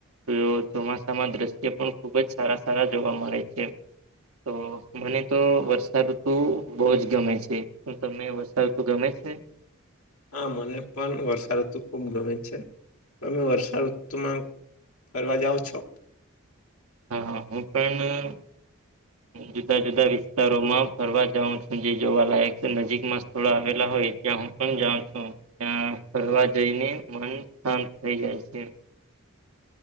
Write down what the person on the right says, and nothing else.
તો ચોમાસામાં દ્રશ્ય પણ ખુબ જ સારા સારા જોવા મળે છે. તો મને તો વર્ષાઋતુ બહુ જ ગમે છે. હું, તમને વર્ષાૠતુ ગમે છે?
હા, હા, હું પણ. જુદા જુદા વિસ્તારોમાં ફરવા જાઉ છું, જે જોવા લાયક નજીકમાં સ્થળો આવેલા હોય. ત્યાં હું પણ જાઉં છું. ત્યાં ફરવા જઈને મન શાંત થઈ જાય છે.